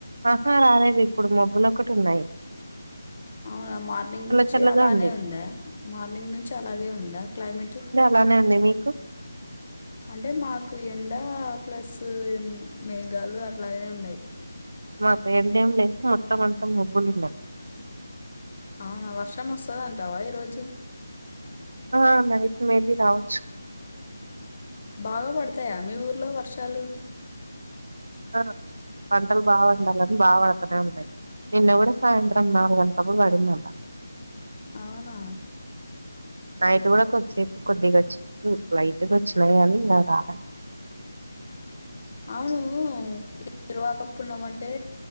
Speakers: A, on the right; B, on the left.
A: ఆహా రాలేదు ఇప్పుడు మబ్బులు ఒకటి ఉన్నాయ్.
B: అవునా మార్నింగ్ నుంచి
A: చల్లగా
B: అలానే
A: ఉంది
B: ఉందా, మార్నింగ్ నుంచి అలాగే ఉందా క్లైమేటూ.
A: లానే ఉంది మీకు
B: అంటే మాకు ఎండ ప్లస్ మేఘాలు అట్లాగనే ఉన్నాయ్.
A: మాకు ఎండ ఏం లేదు మొత్తం అంతా మబ్బులు ఉన్నాయ్.
B: అవునా వర్షం వాసదాటావా ఈ రోజు
A: ఆ నైట్ మేబి రావాచ్.
B: బాగా బడతాయా మీ ఊర్లో వర్షాలు.
A: ఆ పంటలు బాగా వండాలని బాగా పడతనే ఉంటాయ్. నిన్న కూడ సాయంత్రం నాలుగంటల్లప్పుడు వడిందట.
B: అవునా.
A: నైట్ గుడా కొద్దిసేపు కొద్దిగా వచ్చింది లైటుగా వచ్చినయి గానీ ఇంగ రాలె.
B: అవునూ ఎరు వకపునమంటే.